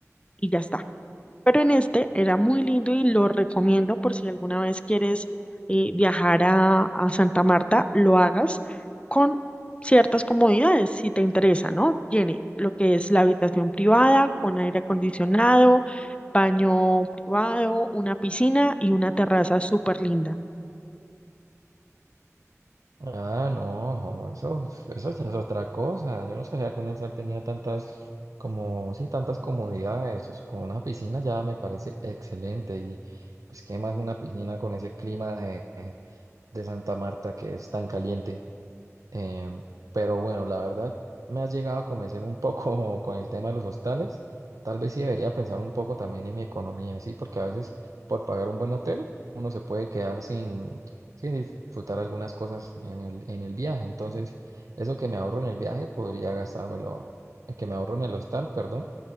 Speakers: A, on the left; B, on the right.
A: y ya está. Pero en este era muy lindo y lo recomiendo por si alguna vez quieres eh, viajar a, a Santa Marta, lo hagas con ciertas comodidades si te interesa, ¿no? Tiene lo que es la habitación privada con aire acondicionado, baño privado, una piscina y una terraza súper linda.
B: Ah, no, jo, eso, eso ya es otra cosa. Yo no sabía que un hostal tenía tantas, como, sí, tantas comodidades. Pues, con una piscina ya me parece excelente. Y pues, ¿qué más una piscina con ese clima de, de Santa Marta que es tan caliente? Eh, pero bueno, la verdad me has llegado a convencer un poco <laughs> con el tema de los hostales. Tal vez sí debería pensar un poco también en mi economía, sí, porque a veces por pagar un buen hotel uno se puede quedar sin, sin disfrutar algunas cosas en el, en el viaje. Entonces, eso que me ahorro en el viaje podría gastármelo, eh, que me ahorro en el hostal, perdón,